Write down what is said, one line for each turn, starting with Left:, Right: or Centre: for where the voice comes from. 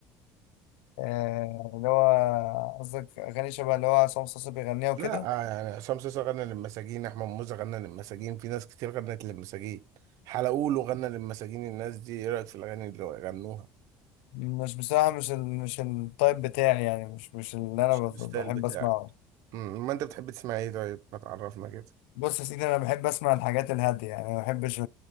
Left: آه اللي هو قصدك اغاني شبه اللي هو عصام صاصا بيغنيها وكده
Right: لا آه، يعني عصام صاصا غنى للمساجين احمد موسى غنى للمساجين في ناس كتير غنت للمساجين حلقوله غنى للمساجين الناس دي ايه رايك في الاغاني اللي غنوها
Left: مش بصراحه مش ال... مش التايب بتاعي يعني مش مش اللي انا
Right: مش
Left: بف-
Right: الستايل
Left: بحب
Right: بتاعك
Left: اسمعه
Right: امم ما انت بتحب تسمع ايه طيب ما تعرفنا كده
Left: بص يا سيدي انا بحب اسمع الحاجات الهاديه يعني ما بحبش